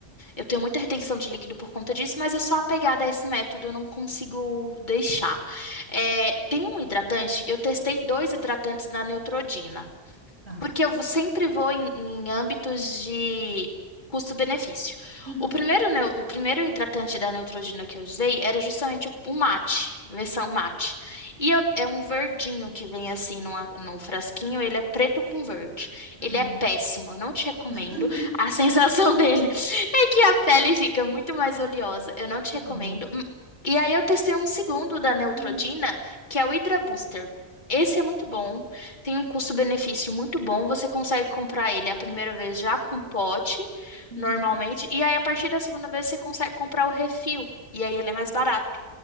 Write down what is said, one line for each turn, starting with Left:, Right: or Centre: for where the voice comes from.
Left: Eu tenho muita retenção de líquido por conta disso, mas eu sou apegada a esse método, eu não consigo deixar. É, tem um hidratante, eu testei dois hidratantes da Neutrodina.
Right: Tá.
Left: Porque eu sempre vou em, em âmbitos de custo-benefício.
Right: Uhum.
Left: O primeiro, neu- o primeiro hidratante da Neutrogena que eu usei era justamente o mate, versão mate. E eu- é um verdinho que vem assim numa- no frasquinho, ele é preto com verde.
Right: Uhum.
Left: Ele é péssimo, eu não te recomendo.
Right: <laughs>
Left: A <laughs> sensação
Right: Tá.
Left: dele é que a pele fica muito mais oleosa, eu não te
Right: Horrível.
Left: recomendo. Hum. E aí eu testei um segundo da Neutrogena,
Right: Uhum.
Left: que é o Hydra Booster. Esse é muito bom. Tem um custo-benefício muito bom, você consegue comprar ele a primeira vez já com pote,
Right: Uhum.
Left: normalmente, e aí a partir da segunda vez você consegue comprar o refil, e aí ele é mais barato.